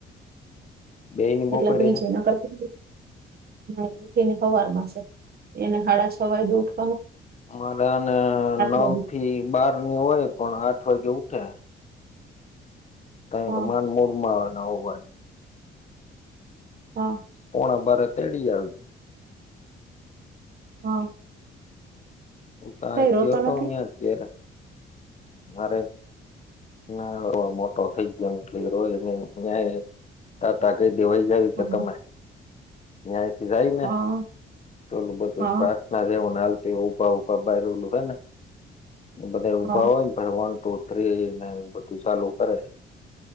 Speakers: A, on the left; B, on the right.
A: બેયની બપોરે
B: એટલે હુઈ
A: હે
B: જાય નકર તો ના ઉઠ ને સવાર માંસે એને હાડા છ વાગે ઊઠ
A: મારે આને નવ
B: વાગે
A: થી બાર ની હોય પણ આઠ વાગે ઉઠે. ક
B: હા
A: કે માન મૂળ માં હોય એવું હોય.
B: હા
A: પોણા બારે તડી આવી.
B: હઅ.
A: હું તો આજ
B: રોતો
A: ગયો તો
B: નથી
A: ન્યા અત્યારે. મારે ના <unintelligible> મોટો થઈ ગયોન, ઈ રોય રોયેન ન્યા તાતા કઈ દેવઈ જાય <unintelligible> કે
B: હા
A: તમે? ન્યાથી જાય ને
B: હા
A: ચોલું બધું
B: હા
A: પ્રાર્થ જેવું નાલ ભા ઉભા બાલું હો ને બધા ઊભા
B: હા
A: હોય ના વન ટુ થ્રીને બધું ચાલુ કરે